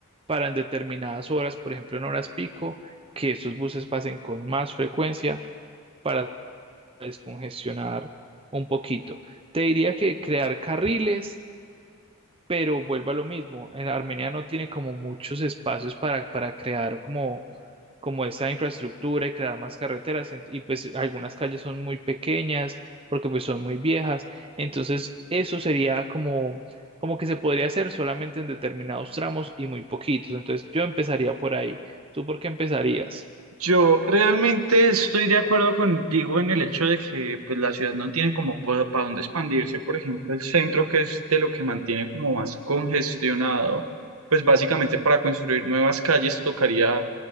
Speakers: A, on the right; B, on the right.
A: para en determinadas horas, por ejemplo en horas pico, que esos buses pasen con más frecuencia para descongestionar un poquito. Te diría que crear carriles, pero vuelvo a lo mismo. En Armenia no tiene como muchos espacios para, para crear como, como esa infraestructura y crear más carreteras. ent- Y pues algunas calles son muy pequeñas porque pues son muy viejas. Entonces eso sería como, como que se podría hacer solamente en determinados tramos y muy poquitos. Entonces yo empezaría por ahí. ¿Tú por qué empezarías?
B: Yo realmente estoy de acuerdo contigo en el hecho de que pues, la ciudad no tiene como para dónde expandirse. Por ejemplo, el centro, que es de lo que mantiene como más congestionado, pues básicamente para construir nuevas calles tocaría